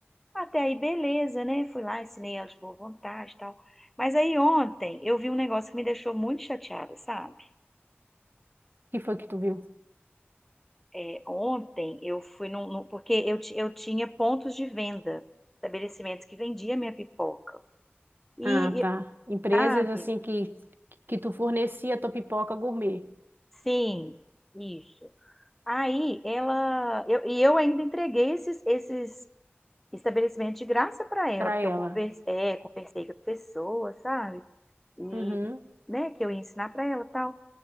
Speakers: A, in the centre; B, on the right.
A: Até aí, beleza, né? Fui lá, ensinei ela de boa vontade e tal. Mas aí ontem eu vi um negócio que me deixou muito chateada, sabe?
B: O que foi que tu viu?
A: É, ontem eu fui num, num- porque eu, ti- eu tinha pontos de venda, estabelecimentos que vendiam minha pipoca. E,
B: Ah, tá.
A: e,
B: Empresas
A: sabe?
B: assim que, que tu fornecia tua pipoca gourmet
A: Sim, isso. Aí ela, eu, e eu ainda entreguei esses, esses estabelecimentos de graça para ela,
B: pra
A: porque
B: ela.
A: eu conversei, é, conversei com as pessoas, sabe? E,
B: Uhum.
A: né, que eu ia ensinar para ela e tal.